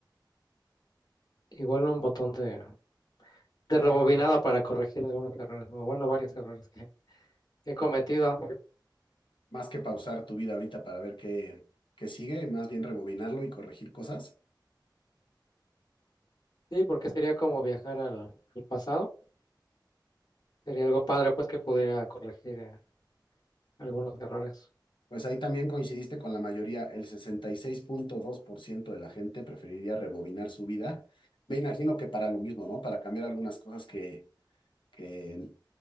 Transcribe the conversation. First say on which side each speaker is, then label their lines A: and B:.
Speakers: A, on the left (about 55°); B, on the left (about 85°).
A: igual un botón de de rebobinado para corregir algunos errores, o bueno, varios errores que, que he cometido.
B: Más que pausar tu vida ahorita para ver qué, qué sigue, más bien rebobinarlo y corregir cosas.
A: Sí, porque sería como viajar al, al pasado. Sería algo padre, pues, que pudiera corregir eh, algunos errores.
B: Pues ahí también coincidiste con la mayoría. El 66.2% de la gente preferiría rebobinar su vida. Me imagino que para lo mismo, ¿no? Para cambiar algunas cosas que que